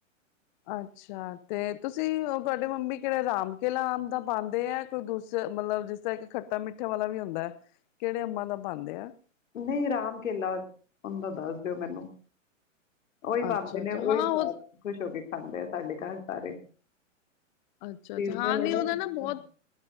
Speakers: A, on the left; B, on the left.
A: ਅੱਛਾ ਤੇ ਤੁਸੀਂ ਤੁਹਾਡੇ ਮੰਮੀ ਕਿਹੜੇ ਰਾਮ ਕੇਲਾ ਦਾ ਪਾਉਂਦੇ ਹੈ ਕੋਈ ਦੂਸ ਮਤਲਬ ਜਿਸ ਤਾਂ ਇੱਕ ਖੱਟਾ ਮਿੱਠੇ ਵਾਲਾ ਵੀ ਹੁੰਦਾ ਹੈ ਕਿਹੜੇ ਅੰਬਾਂ ਦਾ ਪਾਂਦੇ ਆ
B: ਨਹੀਂ ਰਾਮ ਕੇਲਾ ਹੁੰਦਾ ਦੱਸ ਦਿਓ ਮੈਨੂੰ। ਉਹੀ ਪਾਉਂਦੇ
A: ਅੱਛਾ
B: ਨੇ
A: ਅੱਛਾ
B: ਉਹੀ
A: ਹਾਂ
B: ਸਵਾਦ
A: ਉਹ
B: ਖੁਸ਼ ਹੋ ਕੇ ਖਾਂਦੇ ਆ ਸਾਡੇ ਘਰ ਸਾਰੇ।
A: ਅੱਛਾ ਅੱਛਾ
B: ਸੀਜ਼ਨਲ
A: ਹਾਂ ਨੀ
B: ਇਹਨਾਂ
A: ਉਹਦਾ
B: ਨੂੰ
A: ਨਾ ਬਹੁਤ।